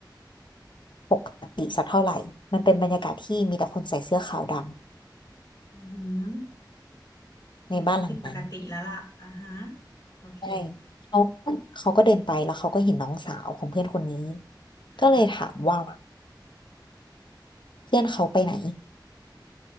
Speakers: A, on the left; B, on the left.
A: ปกติสักเท่าไหร่มันเป็นบรรยากาศที่มีแต่คนใส่เสื้อขาวด
B: อือหือ
A: ำในบ้านหลังนั้น
B: มีความผิดปกติแล้วล่ะอ่าฮะ โอเค
A: ใช่เขาเขาก็เดินไปแล้วเขาก็เห็นน้องสาวของเพื่อนคนนี้
B: ค่ะ
A: ก็เลยถามว่า เพื่อนเขาไปไหน